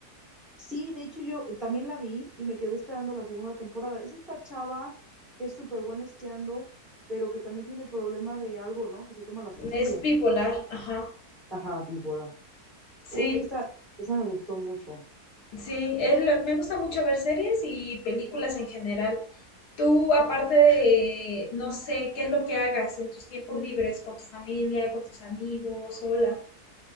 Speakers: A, in the centre; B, on the left (about 75°).
A: Sí, de hecho yo también la vi y me quedé esperando la segunda temporada. Es esta chava que es súper buena esquiando, pero que también tiene problema de algo, ¿no? Que se toma las pastillas.
B: Es bipolar, ajá.
A: Ajá, bipolar.
B: Sí,
A: Oye, esta, esa me gustó mucho.
B: sí, es me gusta mucho ver series y películas en general. Tú, aparte de, no sé, ¿qué es lo que hagas en tus tiempos libres con tu familia, con tus amigos, sola?